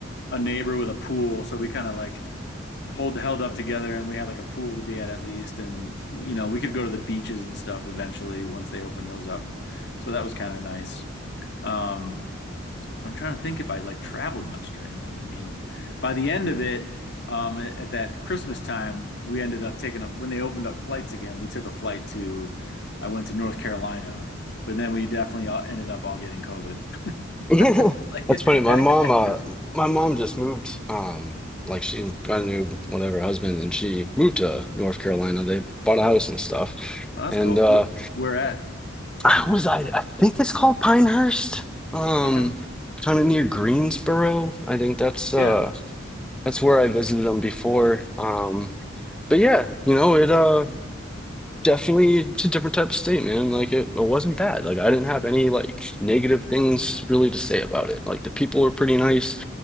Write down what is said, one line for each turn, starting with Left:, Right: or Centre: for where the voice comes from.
Left: a neighbor with a pool, so we kind of like hold held up together and we had like a pool to be at at least and you know we could go to the beaches and stuff eventually once they opened those up so that was kind of nice um i'm trying to think if i like traveled much during then i mean by the end of it um at at that christmas time we ended up taking up when they opened up flights again we took a flight to i went to north carolina but then we definitely all ended up all getting covid
Centre: <laughs>
Left: <laughs> like
Centre: That's
Left: at,
Centre: funny. My mom,
Left: at
Centre: uh,
Left: christmas
Centre: my mom just moved. Um, like she got a new whatever husband, and she moved to North Carolina. They bought a house and stuff.
Left: oh, that's
Centre: And
Left: cool
Centre: uh,
Left: Wh- where at
Centre: I was I, I think it's called Pinehurst. Um,
Left: okay
Centre: kind of near Greensboro. I think that's uh
Left: yeah
Centre: that's where I visited them before. Um, but yeah, you know it. Uh, definitely it's a different type of state, man. Like it, it wasn't bad. Like I didn't have any like negative things really to say about it. Like the people were pretty nice.